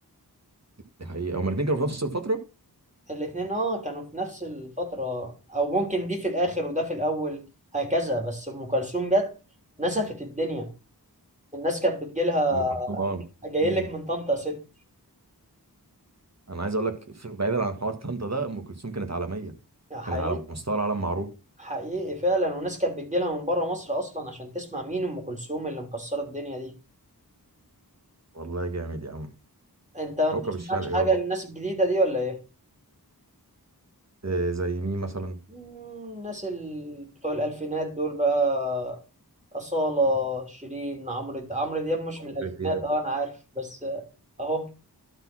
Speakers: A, on the right; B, on the right.
A: دي حقيقه هما الاثنين كانوا في نفس الفتره
B: الاتنين اه كانوا في نفس الفترة او ممكن دي في الاخر وده في الاول هكذا بس ام كلثوم جت نسفت الدنيا الناس كانت بتجيلها
A: ام كلثوم اه
B: جايلك
A: مم.
B: من طنطا يا ست
A: انا عايز اقول لك في- بعيدا عن حوار طنطا ده ام كلثوم كانت عالميه
B: يعني حقيقي
A: كانت على مستوى العالم معروف
B: حقيقي فعلا وناس كانت بتجيلها من بره مصر اصلا عشان تسمع مين ام كلثوم اللي مكسرة الدنيا دي
A: والله جامد يا عم
B: انت ما بتسمعش
A: كوكب الشرق يابا
B: حاجة للناس الجديدة دي ولا ايه؟
A: إيه زي مين مثلا
B: مم، الناس ال... بتوع الالفينات دول بقى أصالة شيرين عمرو عمرو دياب مش
A: عمرو
B: من الالفينات
A: دياب
B: اه انا عارف بس آه، اهو